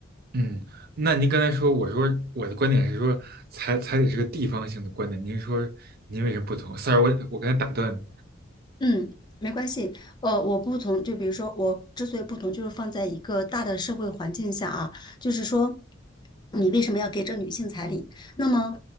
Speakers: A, on the right; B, on the left.
A: 嗯，那您刚才说，我说我的观点是说，彩彩礼是个地方性的观点，您说您为什么不同？sorry，我我刚才打断你。
B: 嗯，没关系。呃，我不同，就比如说，我之所以不同，就是放在一个大的社会环境下啊，就是说，你为什么要给这女性彩礼？那么，